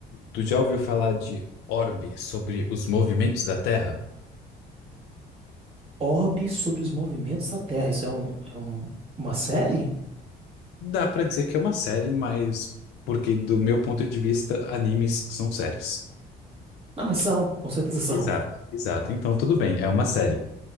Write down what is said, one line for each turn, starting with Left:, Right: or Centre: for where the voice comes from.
Left: Tu já ouviu falar de Orbe, sobre os movimentos da Terra?
Right: Orbe sobre os movimentos da Terra. Isso é um, é um, uma série?
Left: Dá para dizer que é uma série, mas porque do meu ponto de vista, animes são séries.
Right: Não, mas são, com certeza são.
Left: Exato, exato. Então tudo bem, é uma série.